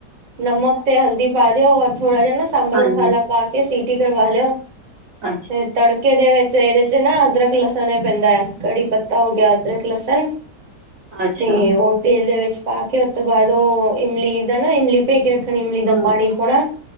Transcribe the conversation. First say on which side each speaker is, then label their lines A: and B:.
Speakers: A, on the right; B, on the right.
A: ਨਮਕ ਤੇ ਹਲਦੀ ਪਾ ਦਿਓ ਔਰ ਥੋੜਾ ਜਿਹਾ ਨਾ। ਸਾਂਬਰ
B: ਹਾਂਜੀ
A: ਮਸਾਲਾ ਪਾ ਕੇ ਸੀਟੀ ਮਰਵਾ ਲਿਉ।
B: ਅੱਛਾ।
A: ਤੇ ਤੜਕੇ ਦੇ ਵਿੱਚ ਇਹਦੇ ਚ ਨਾ ਅਦੱਰਕ ਲਸਣ ਇਹ ਪੈਂਦਾ ਹੈ ਕੜੀ ਪੱਤਾ ਹੋ ਗਿਆ ਅਦੱਰਕ ਲਸਣ।
B: ਅੱਛਾ।
A: ਤੇ ਉਹ ਤੇਲ ਦੇ ਵਿੱਚ ਪਾ ਕੇ ਉਸ ਤੋਂ ਬਾਅਦ ਉਹ ਇਮਲੀ ਦਾ ਨਾ ਇਮਲੀ ਭੇ ਕੇ ਰੱਖਣਾ ਇਮਲੀ
B: ਹੂੰ
A: ਦਾ ਪਾਣੀ ਪਾਉਣਾ।